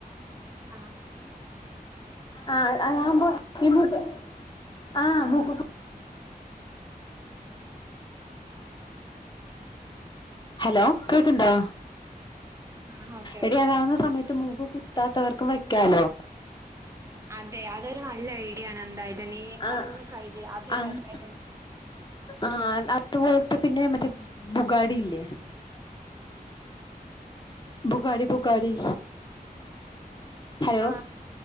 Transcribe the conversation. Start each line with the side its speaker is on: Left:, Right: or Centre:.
Right: ആഹ്
Left: ആഹ് ആ ബു ഈ ബുഗ് ആഹ് ബുഗ് ഹലോ കേക്ക്ണ്ടോ
Right: ആ ഓക്കെ
Left: എടീ
Right: ഓക്കെ
Left: അതാവുന്ന സമയത്ത് മൂക്കൊക് ത്താത്തവർക്കും വയ്ക്കാലോ
Right: അതെ അതൊരു നല്ല ഐഡിയാണ് എന്തായാലും നീ
Left: ആഹ്
Right: അതൊന്ന് ട്രൈ ചെയ്യ് അത്
Left: ആഹ്
Right: എന്തായാലും
Left: ആഹ് അത്പോലത്തെ പിന്നെ മറ്റേ ബുഗാടില്ലേ ബുഗാടി ബുഗാടി ഹലോ
Right: ആ